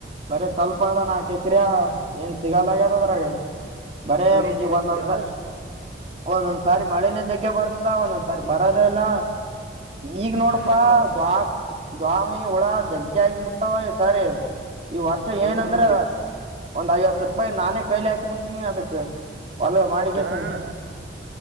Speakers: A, on the right; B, on the right.
A: ಬರ ಸ್ವಲ್ಪ ಅದಾ ನಾಕು ಎಕರೆ ಏನ್ ಸಿಗಲ್ಲಗ ಅದ ಅದ್ರಾಗ ಬರೇ
B: ಲೇಜಿಗೆ
A: ಈ
B: ಆಗ್ಬಿಟ್ಟ್ಯಾ
A: ಒಂದೊಂದ್ಸ ಒಂದೊಂದ್ ಸ ಮಳೆ ಜಕ್ಕೆ ಬರ್ತದ ಒಂದೊಂದ್ ಸಾರಿ ಬರ ಎಲ್ಲ ಈಗ್ ನೋಡಪಾ
B: ಹಾ ಅಣ್ಣ
A: ದ ದ್ವಾಮಿ ಹುಳ ಜಗ್ಗೆ ಆಗಿಬಿಟ್ಟವ ಈ ಸಾರಿ ಈ ವರ್ಷ
B: ಹ್ಮ್
A: ಏನಂದ್ರ
B: ಹ್ಮ್
A: ಒಂದ್ ಐವತ್ತು ರೂಪಾಯಿ ನಾನೇ ಕೈಲಿ ಹಾಕಿ ಬಿಟ್ಟ ನೀ ಅದ <unintelligible> ಹುಲ ಮಾಡಕೆ
B: ನಾಣ
A: ಚೆನ್ನ